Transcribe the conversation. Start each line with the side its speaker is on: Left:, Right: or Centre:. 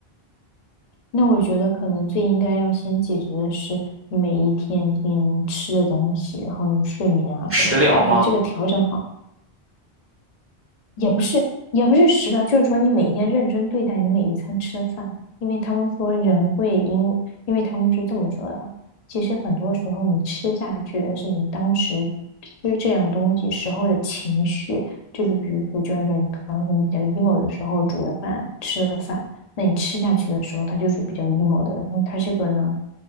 Left: 那我觉得可能最应该要先解决的是你每一天天吃的东西，然后你睡眠啊什么的，
Right: 食疗吗？
Left: 我觉得这个调整好。也不是，也不是食疗，就是说你每天认真对待你每一餐吃的饭，因为他们说人会因，因为他们是这么说的啊其实很多时候你吃下去的是你当时吃这样东西时候的情绪，就是比如说，就按照你刚刚说你比较 emo 的时候煮的饭吃的饭，那你吃下去的时候它就是比较 emo 的，然后它这个呢